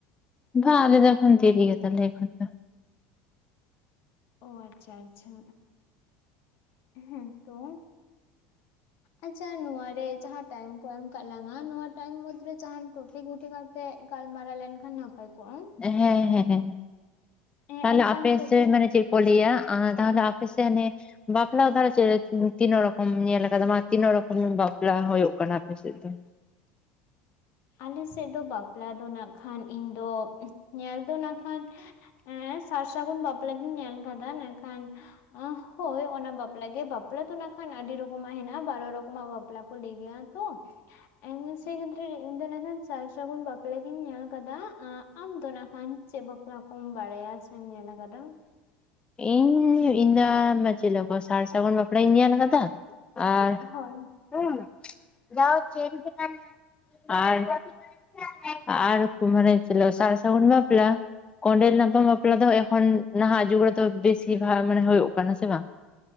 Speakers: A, on the left (about 20°); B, on the left (about 60°).
A: ᱵᱟᱝ ᱟᱞᱮ ᱫᱚ ᱠᱷᱟᱱ ᱛᱤᱨ ᱜᱮᱭᱟ ᱛᱟᱦ ᱮᱠᱷᱟᱱ ᱫᱚ
B: ᱚ ᱟᱪᱪᱷᱟ ᱟᱪᱪᱷᱟ ᱮᱜ ᱦᱮᱸ ᱛᱚ ᱟᱪᱪᱷᱟ ᱱᱚᱣᱟ ᱨᱮ ᱡᱟᱦᱟᱸ ᱴᱟᱭᱤᱢ ᱠᱚ ᱮᱢ ᱠᱟᱜ ᱞᱝᱟ ᱱᱚᱣᱟ ᱴᱟᱭᱤᱢ ᱢᱩᱫᱽᱨᱮ ᱡᱟᱦᱟᱸᱟᱱ ᱴᱚᱯᱤᱠ ᱤᱫᱤ ᱠᱟᱛ ᱛᱮᱜ ᱜᱟᱞᱢᱟᱨᱟᱣ ᱞᱮᱱ ᱠᱷᱟᱱ ᱱᱟᱯᱟᱭ ᱠᱚᱜ-ᱟ᱾
A: ᱦᱮᱸ ᱦᱮᱸ
B: ᱦᱮᱸ
A: ᱛᱟᱦᱚᱞᱮ
B: ᱚᱱᱠᱟᱱ
A: ᱟᱯᱮ
B: ᱴᱚᱯᱤᱠ
A: ᱥᱮ ᱢᱟᱱᱮ ᱪᱮᱫ ᱠᱚᱞᱟᱹᱭᱟᱹ ᱟ ᱛᱟᱦᱚᱞᱮ ᱟᱯᱮ ᱥᱮᱱ ᱦᱮ ᱵᱟᱯᱞᱟ ᱛᱟᱦᱞᱮ ᱪᱮᱞᱮᱠ ᱛᱤᱱᱟᱹᱜ ᱨᱚᱠᱚᱢ ᱧᱮᱞ ᱠᱟᱫᱟ ᱛᱤᱱᱟᱹᱜ ᱨᱚᱠᱚᱢ ᱵᱟᱯᱞᱟ ᱦᱩᱭᱩᱜ ᱠᱟᱱᱟ ᱟᱯᱮ ᱥᱮᱫ ᱫᱚ?
B: ᱟᱞᱮ ᱥᱮᱫ ᱫᱚ ᱵᱟᱯᱞᱟ ᱫᱚ ᱱᱟᱜ ᱠᱷᱟᱱ ᱤᱧ ᱫᱚ ᱧᱮᱞ ᱫᱚ ᱱᱟᱜ ᱠᱷᱟᱱ ᱮ ᱥᱟᱨ ᱥᱟᱹᱜᱩᱱ ᱵᱟᱯᱞᱟ ᱜᱤᱧ ᱧᱮᱞ ᱟᱠᱟᱫᱟ ᱢᱮᱱᱠᱷᱟᱱ ᱚᱦ ᱦᱳᱸᱭ ᱚᱱᱟ ᱵᱟᱯᱞᱟᱜ ᱜᱮ ᱵᱟᱯᱞᱟ ᱫᱚ ᱱᱟᱜ ᱠᱷᱟᱱ ᱟᱹᱰᱤ ᱨᱚᱠᱚᱢᱟᱜ ᱦᱮᱱᱟᱜ-ᱟ ᱵᱟᱨᱚ ᱨᱚᱠᱚᱢᱟᱜ ᱵᱟᱯ ᱯᱞᱟ ᱠᱚ ᱞᱮᱟᱹᱭ ᱜᱮᱭᱟ ᱛᱚ ᱮ ᱥᱮᱜᱮ ᱤᱧ ᱫᱚ ᱱᱟᱜ ᱠᱷᱟᱱ ᱥᱟᱨ ᱥᱟᱹᱜᱩᱱ ᱵᱟᱯᱞᱟ ᱜᱤᱧ ᱧᱮᱞ ᱠᱟᱫᱟ ᱟᱢ ᱫᱚ ᱠᱷᱟᱱ ᱪᱮᱫ ᱵᱟᱯ <unintelligible> ᱠᱚᱢ ᱵᱟᱲᱟᱭᱟ ᱥᱮᱢ ᱧᱮᱞ ᱟᱠᱟᱫᱟ᱾
A: ᱤᱧ ᱤᱧᱫᱚ ᱢᱟ ᱪᱮᱫ ᱠᱚ ᱥᱟᱨ ᱥᱟᱹᱜᱩᱱ ᱵᱟᱯᱞᱟᱧ ᱧᱮᱞ ᱟᱠᱟᱫᱟ ᱾ <unintelligible>
B: ᱦᱳᱭ
A: ᱟᱨ ᱢᱟᱱᱮ <unintelligible> ᱥᱟᱨ ᱥᱟᱜᱩᱱ ᱵᱟᱯᱞᱟ ᱾ ᱠᱚᱸᱰᱮᱞ ᱧᱟᱯᱟᱢ ᱵᱟᱯᱞᱟ ᱫᱚ ᱮᱠᱷᱚᱱ ᱱᱟᱦᱟᱜ ᱡᱩᱜᱽ ᱨᱮᱫᱚ ᱵᱮᱥᱤ ᱵᱷᱟᱜ ᱢᱟᱱᱮ ᱦᱩᱭᱩᱜ ᱠᱟᱱᱟ ᱥᱮ ᱵᱟᱝ?